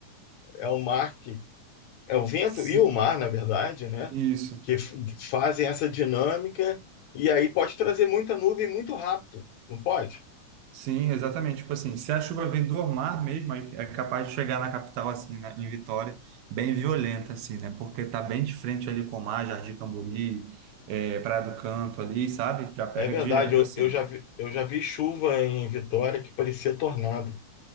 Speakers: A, on the left (about 70°); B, on the right (about 80°).
A: é o mar que é o vento
B: se-
A: e o mar, na verdade, né?
B: isso.
A: Que f- fazem essa dinâmica e aí pode trazer muita nuvem muito rápido, não pode?
B: Sim, exatamente. Tipo assim, se a chuva vem do mar mesmo, aí é capaz de chegar na capital, assim, né, em Vitória, bem violenta, assim, né? Porque tá bem de frente ali com o mar, Jardim Camburi, eh, Praia do Canto ali, sabe? Já pega
A: É verdade,
B: direto,
A: eu,
B: assim.
A: eu já vi, eu já vi chuva em Vitória que parecia tornado.